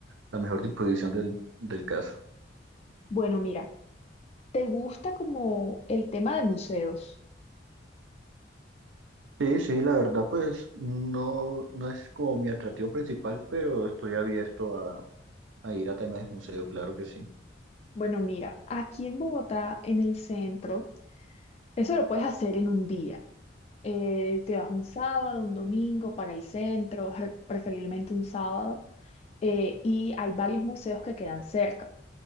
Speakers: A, on the right; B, on the left.
A: la mejor disposición del, del caso.
B: Bueno, mira, ¿te gusta como el tema de museos?
A: Sí, sí, la verdad, pues no, no es como mi atractivo principal, pero estoy abierto a, a ir a temas de museo, claro que sí.
B: Bueno, mira, aquí en Bogotá, en el centro, eso lo puedes hacer en un día. eh, te vas un sábado, un domingo para el centro, re- preferiblemente un sábado, eh, y hay varios museos que quedan cerca.